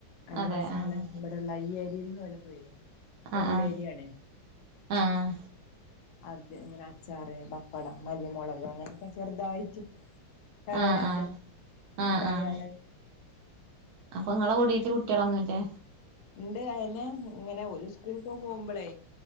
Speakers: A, on the left; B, on the right.
A: അയൽവാസിന
B: അതെ ആഹ്
A: ആള ഇവിടെുള്ള ഈ ഏരിയയിൽ നിന്ന്ല ഫര
B: ആഹ്
A: ഉള്ളേരിയണേ
B: ആഹ് ആഹ്
A: അദ്യം ഇങ്ങനെ അച്ചാറ് പപ്പടം മല്ലിമുളക് അങ്ങനെയൊക്കെ ചെറുതായിട്ട് കടേനാത്ത്
B: ആഹ് ആഹ് ആഹ്
A: മുട്ടായള്
B: ആഹ് അപ്പൊ നിങ്ങളെ കുടീട്ട് കുട്ടികളൊന്നുല്ലേ
A: ഉണ്ട് അയിനെ ഇങ്ങനെ ഒരു സ്കൂളിക്ക് പോകുമ്പോളെ